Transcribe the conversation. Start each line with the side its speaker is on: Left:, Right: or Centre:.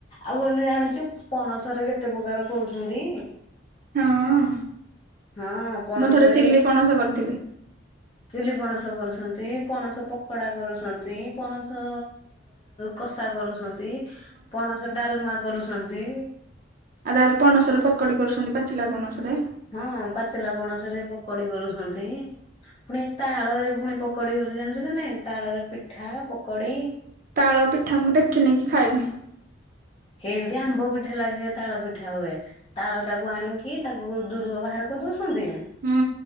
Left: ଆଉ କଣ ଜାଣିଛୁ ପଣସାର କେତେ ପ୍ରକାର କରୁଛନ୍ତି
Right: ହଁ
Left: ହଁ ପଣସରେ
Right: ମୁଁ ଥରେ ଚିଲି ପଣସ କରିଥିଲି
Left: ଚିଲି ପଣସ କରୁଛନ୍ତି ପଣସ ପକୋଡା କରୁଛନ୍ତି ପଣସ କଷା କରୁଛନ୍ତି ପଣସ ଡାଲମା କରୁଛନ୍ତି
Right: ଆଉ ତାହରେ ପଣସରେ ପକୋଡି କରୁଛନ୍ତି ପାଚିଲା ପଣସରେ
Left: ହଁ ପାଚିଲା ପଣସରେ ପକୋଡି କରୁଛନ୍ତି ପୁଣି ତାଳ ରେ ପୁଣି ପକୋଡି ଜାଣିଛୁ ନା ନାଇଁ ତାଳରେ ପିଠା ପକୋଡି
Right: ତାଳ ପିଠା ମୁଁ ଦେଖିନି କି ଖାଇନି
Left: ହେ ଏମିତି ଆମ୍ବ ପିଠା ଲାଗେେ ତାଳ ପିଠା ହୁଏ ତାଳ ଟାକୁ ଆଣିକି ତାକୁ ଦୂରୁ ବାହାର କରି ଦଉ
Right: ହୁଁ